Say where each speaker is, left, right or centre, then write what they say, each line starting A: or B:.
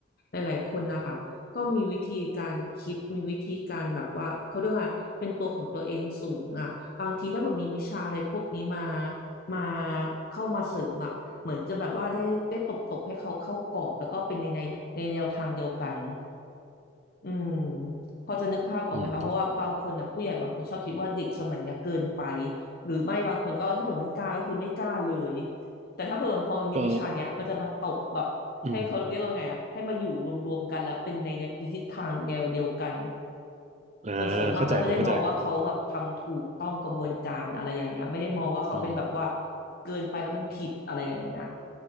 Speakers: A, on the left; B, on the right.
A: ยๆหลายๆคนนะคะก็มีวิธีการคิดมีวิธีการแบบว่าเขาเรียกว่าเป็นตัวของตัวเองสูงอ่ะบางทีถ้าเกิดมีวิชาอะไรพวกนี้มามาเข้ามาเสริมอ่ะเหมือนจะแบบว่าได้ได้ตบๆให้เขาเข้ากรอบแล้วก็เป็นในในในแนวทางเดียวกัน อืมพอจะนึกภาพออกไหมคะเพราะว่าบางคนนะผู้ใหญ่บางคนชอบคิดว่าเด็กสมัยเนี้ยเกินไป
B: อืมถูก
A: หรือไม่บางคนก็ถ้าเกิดไม่กล้าก็คือไม่กล้าเลยแต่ถ้าเกิดมันพอมีวิชาเนี้ยมันจะมาตบแบบให้เขาเรียกว่าไงอะให้มาอยู่รวมๆกันแล้วเป็นในในทิศทางแนวเดียวกัน
B: <laughs> ก็อืมอ่าเข้าใจผมเข้าใจ
A: คนส่วนมากก็จะได้มองว่าเขาแบบทำถูกต้องกระบวนการอะไรอย่างเงี้ยไม่ได้มองว่าเขาเป็นแบบว่า
B: อืม
A: เกินไปแล้วมันผิดอะไรอย่างเงี้ย